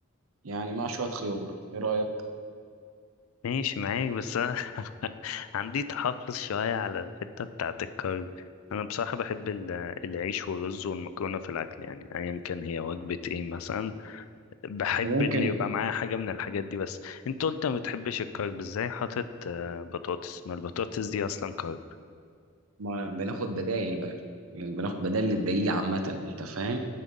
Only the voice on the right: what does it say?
يعني مع شويه خيار ايه رايك
ممكن
ما بناخد بدائل بقى يعني بناخد بدائل للدقيق عامه انت فاهم